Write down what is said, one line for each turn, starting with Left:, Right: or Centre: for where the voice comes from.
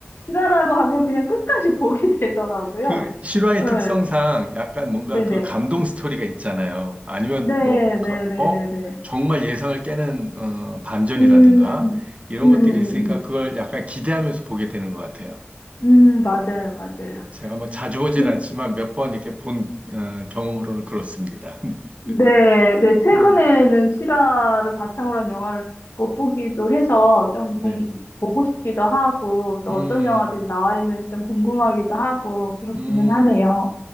Left: 실화라고 하면 그냥 끝까지 보게 되더라고요.
Right: 그 실화의
Left: 네,
Right: 특성상 약간 뭔가
Left: 네네.
Right: 그 감동 스토리가 있잖아요. 아니면
Left: 네네네네네.
Right: 뭐, 가- 어, 정말 예상을 깨는 어, 반전이라든가
Left: 음,
Right: 이런
Left: 음,
Right: 것들이
Left: 음,
Right: 있으니까
Left: 음,
Right: 그걸 약간 기대하면서 보게 되는 것 같아요.
Left: 음,
Right: 네.
Left: 음, 맞아요, 맞아요.
Right: 제가 뭐 자주 보진
Left: 그,
Right: 않지만 몇 번 이렇게 본 어, 경험으로는 그렇습니다. <laughs>
Left: 네, 네, 최근에는
Right: 음,
Left: 실화를 바탕으로 한 영화를 못 보기도 해서 좀
Right: 네.
Left: 궁- 보고 싶기도 하고, 또
Right: 음,
Left: 어떤 영화들이 나와 있는지 좀 궁금하기도 하고, 그렇기는
Right: 음.
Left: 하네요.